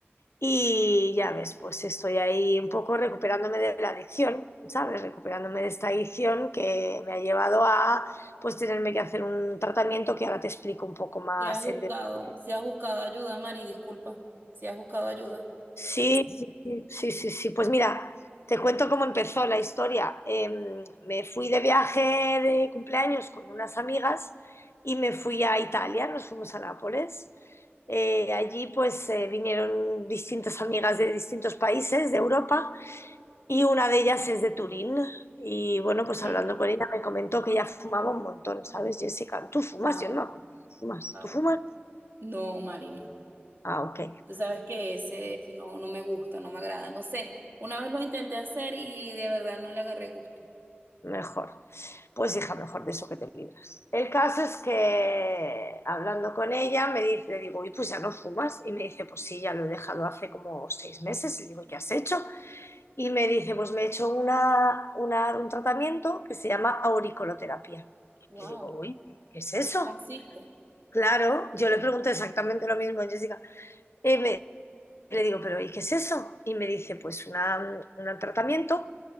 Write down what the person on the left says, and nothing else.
y ya ves, pues estoy ahí un poco recuperándome de la adicción, ¿sabes? Recuperándome de esta adicción que me ha llevado a pues tenerme que hacer un tratamiento que ahora te explico un poco más
en detalle.
Sí, sí, sí, sí, sí, sí. Pues mira, te cuento cómo empezó la historia. Em, me fui de viaje de cumpleaños con unas amigas y me fui a Italia, nos fuimos a Nápoles. Eh, allí pues eh, vinieron distintas amigas de distintos países de Europa y una de ellas es de Turín. Y bueno, pues
hablando con ella me comentó que ella fumaba un montón, ¿sabes, Jessica? Tú fumas,
yo no me acuerdo. ¿Fumas?
¿Tú fumas?
Ah, ok.
Mejor. Pues hija, mejor de eso que te libras. El caso es que hablando con ella me dice, le digo, y pues ya no fumas. Y me dice, pues sí, ya lo he dejado hace como seis meses. Le digo, ¿y qué has hecho? Y me dice, pues me he hecho una, una- un tratamiento que se llama auriculoterapia.
Y le digo, uy, ¿qué es eso?
Claro, yo le pregunto exactamente lo mismo a Jessica. Y me- le digo, pero ¿y qué es eso? Y me dice, pues una, un tratamiento